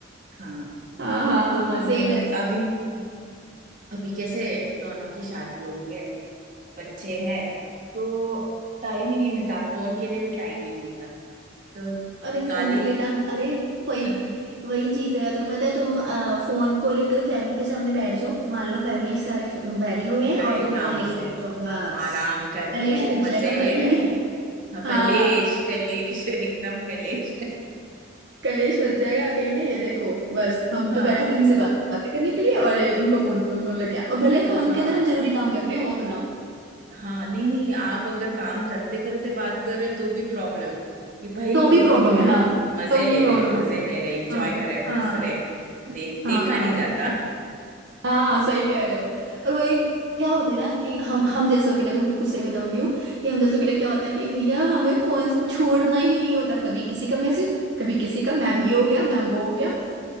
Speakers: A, on the right (about 45°); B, on the right (about 60°).
A: हाँ
B: हाँ हाँ
A: तो
B: हाँ सेम
A: भाई
B: ऐसे
A: अभी अभी कैसे दोनों की शादी हो गई है बच्चे हैं तो टाइम ही नहीं मिलता फोन के लिए भी टाइम नहीं मिलता तो
B: अरे फोन
A: गाली
B: के
A: दे
B: लिए डाम अरे वही
A: <laughs>
B: वही चीज है अगर पता है तुम अ, फोन को लेकर फैमिली के सामने बैठ जाओ मान लो फैमिली सारे फ- बैठे हुए हैं
A: गए
B: और तुम
A: काम
B: फोन लेके
A: से
B: बैठ जाओ बस
A: आराम कर रहे
B: कलेश मच
A: मजे
B: जाएगा भाई
A: ले रहे हाँ,
B: हाँ
A: कलेश कलेश <laughs> एकदम कलेश
B: कलेश मच जाएगा कहेंगे ये देखो बस हम
A: हाँ
B: तो बैठे थे इनसे बात- बातें करने के लिए और ये इनको फोन फोन फोन लग गया और भले
A: हाँ
B: फोन के अंदर हम जरूरी काम कर रहे हो अपना
A: हाँ नहीं नहीं आप अगर काम करते करते बात कर रहे तो भी प्रॉब्लम कि भाई
B: तो भी प्रॉब्लम
A: अ,
B: है हाँ
A: मजे
B: तो
A: ले
B: भी प्रॉब्लम
A: रहे मजे
B: है
A: ले रहे एंजॉय
B: हाँ
A: कर रहे
B: हाँ
A: हंस रहे नहीं देखा
B: हाँ
A: नहीं जाता
B: हाँ सही कह रहे हो और वही क्या होता है ना कि हम हम जैसों के लिए तो बिल्कुल सही बता रही हूँ कि हम जैसों के लिए क्या होता है कि भैया हमें फोन छोड़ना ही नहीं होता कभी किसी का मैसेज कभी किसी का मैम ये हो गया मैम वो हो गया